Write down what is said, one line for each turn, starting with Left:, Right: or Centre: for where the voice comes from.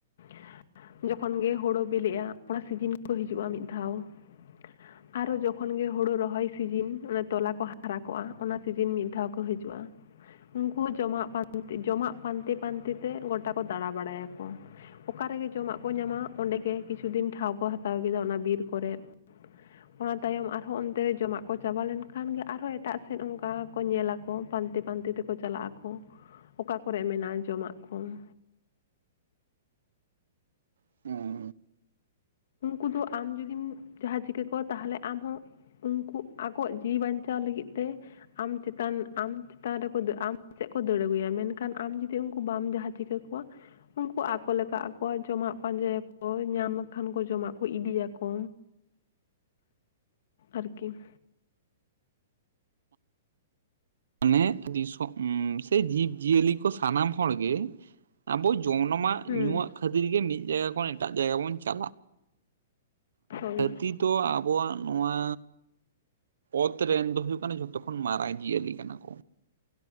Left: ᱾ ᱡᱚᱠᱷᱚᱱ ᱜᱮ ᱦᱳᱲᱳ ᱵᱤᱞᱤᱜᱼᱟ ᱚᱱᱟ ᱥᱤᱡᱤᱱ ᱜᱮᱠᱚ ᱦᱤᱡᱩᱜᱼᱟ ᱢᱤᱫ ᱫᱷᱟᱣ ᱾ ᱟᱨᱚ ᱡᱚᱠᱷᱚᱱ ᱜᱮ ᱦᱳᱲᱳ ᱨᱚᱦᱚᱭ ᱥᱤᱡᱤᱱ ᱚᱱᱟ ᱛᱚᱞᱟ ᱠᱚ ᱦᱟᱨᱟ ᱠᱚᱜᱼᱟ ᱚᱱᱟ ᱥᱤᱡᱤᱱ ᱢᱤᱫ ᱫᱷᱟᱣ ᱠᱚ ᱦᱤᱡᱩᱜᱼᱟ ᱾ ᱩᱱᱠᱩ ᱡᱚᱢᱟᱜ ᱯᱟᱱ ᱡᱚᱢᱟᱜ ᱯᱟᱱᱛᱮ ᱯᱟᱱᱛᱮ ᱛᱮ ᱜᱚᱴᱟ ᱠᱚ ᱫᱟᱬᱟ ᱵᱟᱲᱟᱭ ᱟᱠᱚ ᱾ ᱚᱠᱟ ᱨᱮᱜᱮ ᱡᱚᱢᱟᱜ ᱠᱚ ᱧᱟᱢ-ᱟ ᱚᱸᱰᱮᱜᱮ ᱠᱤᱪᱷᱩ ᱫᱤᱱ ᱴᱷᱟᱶ ᱠᱚ ᱦᱟᱛᱟᱣ ᱠᱮᱫᱟ ᱚᱱᱟ ᱵᱤᱨ ᱠᱚᱨᱮᱜ ᱾ <inaudible> ᱚᱱᱟ ᱛᱟᱭᱚᱢ ᱟᱨᱦᱚᱸ ᱚᱱᱛᱮ ᱨᱮ ᱡᱚᱢᱟᱜ ᱠᱚ ᱪᱟᱵᱟ ᱞᱮᱱᱠᱷᱟᱱ ᱜᱮ ᱟᱨᱦᱚᱸ ᱮᱴᱟᱜ ᱥᱮᱫ ᱚᱱᱠᱟ ᱠᱚ ᱧᱮᱞᱟᱠᱚ ᱯᱟᱱᱛᱮ ᱯᱟᱱᱛᱮ ᱛᱮᱠᱚ ᱪᱟᱞᱟᱜ ᱟᱠᱚ ᱚᱠᱟ ᱠᱚᱨᱮ ᱢᱮᱱᱟᱜᱼᱟ ᱡᱚᱢᱟᱜ ᱠᱚ ᱾
Right: ᱦᱩᱸ ᱾
Left: ᱩᱱᱠᱩ ᱫᱚ ᱟᱢ ᱡᱩᱫᱤᱢ ᱡᱟᱦᱟᱸ ᱪᱤᱠᱟᱹ ᱠᱚᱣᱟ ᱛᱟᱦᱚᱞᱮ ᱟᱢᱦᱚᱸ ᱩᱱᱠᱩ ᱟᱠᱚᱣᱟᱜ ᱡᱤᱣᱤ ᱵᱟᱧᱪᱟᱣ ᱞᱟᱹᱜᱤᱫ ᱛᱮ ᱟᱢ ᱪᱮᱛᱟᱱ ᱟᱢ ᱪᱮᱛᱟᱱ ᱨᱮᱠᱚ ᱟᱢ ᱥᱮᱫ ᱠᱚ ᱫᱟᱹᱲ ᱟᱹᱜᱩᱭᱟ ᱢᱮᱱᱠᱷᱟᱱ ᱟᱢ ᱡᱩᱫᱤ ᱩᱱᱠᱩ ᱵᱟᱢ ᱡᱟᱦᱟᱸ ᱪᱤᱠᱟᱹ ᱠᱚᱣᱟ ᱩᱱᱠᱩ ᱟᱠᱚ ᱞᱮᱠᱟ ᱟᱠᱚᱣᱟᱜ ᱡᱚᱢᱟᱜ ᱯᱟᱸᱡᱟᱭᱟᱠᱚ ᱧᱟᱢ ᱠᱷᱟᱱ ᱠᱚ ᱡᱚᱢᱟᱜ ᱠᱚ ᱤᱫᱤᱭᱟᱠᱚ ᱟᱨᱠᱤ ᱾
Right: ᱢᱟᱱᱮ ᱫᱤᱥᱚᱢ ᱥᱮ ᱡᱤᱵᱽ ᱡᱤᱭᱟᱹᱞᱤ ᱠᱚ ᱥᱟᱱᱟᱢ ᱦᱚᱲ ᱜᱮ ᱟᱵᱚ ᱡᱚᱱᱚᱢᱟᱜ
Left: ᱦᱩᱸ
Right: ᱧᱩᱣᱟᱜ ᱠᱷᱟᱹᱛᱤᱨ ᱜᱮ ᱢᱤᱫ ᱡᱟᱭᱜᱟ ᱠᱷᱚᱱ ᱮᱴᱟᱜ ᱡᱟᱭᱜᱟ ᱵᱚᱱ ᱪᱟᱞᱟᱜᱼᱟ
Left: ᱦᱳᱭ
Right: ᱫᱷᱟᱹᱨᱛᱤ ᱫᱚ ᱟᱵᱚᱣᱟᱜ ᱱᱚᱣᱟ ᱚᱛ ᱨᱮᱱ ᱫᱚ ᱦᱩᱭᱩᱜ ᱠᱟᱱᱟ ᱡᱷᱚᱛᱚ ᱠᱷᱚᱱ ᱢᱟᱨᱟᱝ ᱡᱤᱭᱟᱹᱞᱤ ᱠᱟᱱᱟ ᱠᱚ ᱾